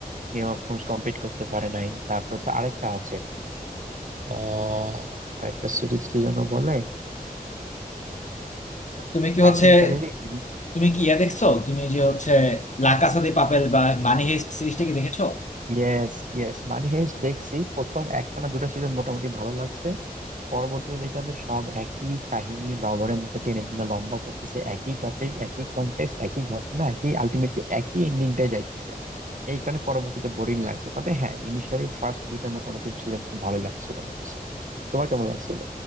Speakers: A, on the right (about 55°); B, on the left (about 50°).
A: গেম অফ থ্রোনস কমপ্লিট করতে পারে নাই তারপর হচ্ছে আরেকটা আছে আহ আরেকটা সিরিজ কি যেন বলে আরে,
B: তুমি কি
A: প্রাচীনকালেরই
B: হচ্ছে তুমি কি ইয়া দেখছো তুমি যে হচ্ছে লা কাসা দে পাপেল বা মানি হেস্ট সিরিজটা কি দেখেছো
A: ইয়েস ইয়েস মানি হেস্ট দেখছি প্রথম একটা না দুটা সিজন মোটামুটি ভালো লাগছে পরবর্তী বিকালে সব একই কাহিনী রবারের মতো টেনে টেনে লম্বা করতেছে একই টপিক একই কনটেক্সট একই ঘটনা একই আলটিমেটলি একই এন্ডিংটাই যাইতেছে এই কারণে পরবর্তীতে বোরিং লাগছে তবে হ্যাঁ ইনিশিয়ালি ফার্স্ট দুইটা মোটামুটি সিজন খুব ভালো লাগছিল আমার কাছে তোমার কেমন লাগছিল